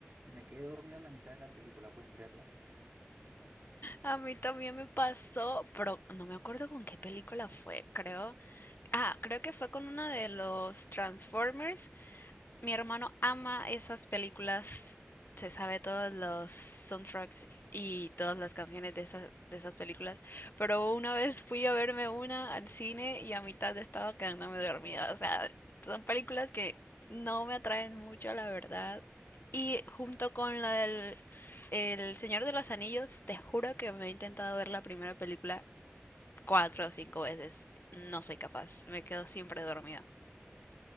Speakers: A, on the right; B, on the left.
A: y me quedé dormido en la mitad de la película, ¿puedes creerlo?
B: A mí también me pasó, pero no me acuerdo con qué película fue, creo. Ah, creo que fue con una de los Transformers mi hermano ama esas películas, se sabe todos los soundtracks y todas las canciones de esas, de esas películas, pero una vez fui a verme una al cine y a mitad estaba quedándome dormida. O sea, son películas que no me atraen mucho, la verdad. Y junto con la del El Señor de los Anillos, te juro que me he intentado ver la primera película cuatro o cinco veces. No soy capaz, me quedo siempre dormida.